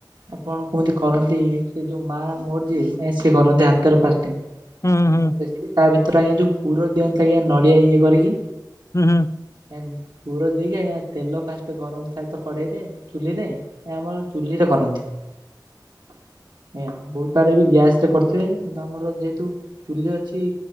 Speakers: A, on the right; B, on the left.
A: ଆପଣ କେମିତି କରନ୍ତି ସେ ଯୋଉ ମା ମୋର ଯିଏ ନାଇ ସିଏ କରନ୍ତି ହାତରେ ଫାଷ୍ଟ।
B: ହୁଁ ହୁଁ ହୁଁ
A: <unintelligible> ତା ଭିତରେ ଆଜ୍ଞା ଯୋଉ ପୁର ଦିଅନ୍ତେ ଆଜ୍ଞା ନଡ଼ିଆ ଇଏ କରିକି
B: ହୁଁ, ହୁଁ।
A: ହେନ୍ ପୁର ଦେଇକି ଆଜ୍ଞା ତେଲ ଫାଷ୍ଟ ଗରମ ଥାଏ ତ କଡ଼େଇରେ ଚୁଲିରେ ଏ ଆମର ଚୁଲିରେ କରନ୍ତି।
B: <inaudible>
A: ଆଜ୍ଞା। ଏ ବହୁ ତାର ବି ଗ୍ୟାସରେ କରିୁଥିବେ କିନ୍ତୁ ଆମର ଯେହେତୁ ଚୁଲି ଅଛି